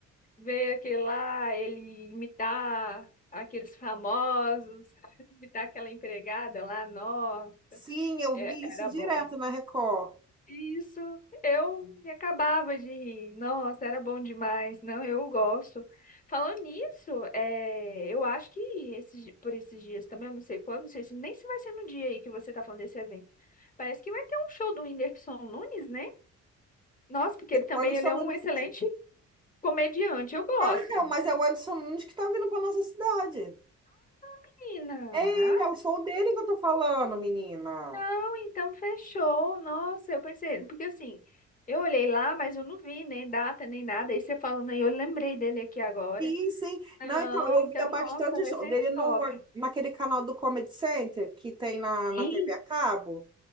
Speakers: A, on the left (about 25°); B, on the right (about 15°).
A: ver aquele lá, ele imitar aqueles famosos, <laughs> imitar aquela empregada lá, nossa,
B: Sim, eu
A: é-
B: via
A: era
B: isso direto
A: bom.
B: na Record.
A: Isso, eu me acabava de rir. Nossa, era bom demais. Não, eu gosto. Falando nisso, é, eu acho que esses, di- por esses dias também, eu não sei quando, não sei se nem se vai ser no dia aí que você tá falando desse evento. Parece que vai ter um show do Whindersson Nunes, né? Nossa, porque ele também
B: O Anderson
A: ele é
B: Nunes.
A: um excelente comediante. Eu gosto.
B: Ah, então, mas é o Anderson Nunes que tá vindo pra nossa cidade.
A: Menina,
B: É ele, é o show dele que eu tô falando, menina.
A: Não, então fechou. Nossa, eu pensei, porque assim, eu olhei lá, mas eu não vi nem data, nem nada. aí você falando aí, eu lembrei dele aqui agora.
B: Sim, sim.
A: Não,
B: Não, então, eu
A: então,
B: via bastante
A: nossa, vai
B: show
A: ser
B: dele no,
A: top.
B: naquele canal do Comedy Center que tem na, na
A: Sim,
B: TV a cabo.